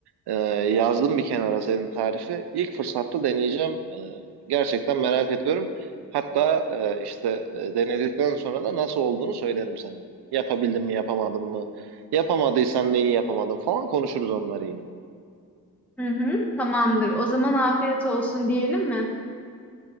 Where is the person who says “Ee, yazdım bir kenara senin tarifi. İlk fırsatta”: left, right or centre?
Right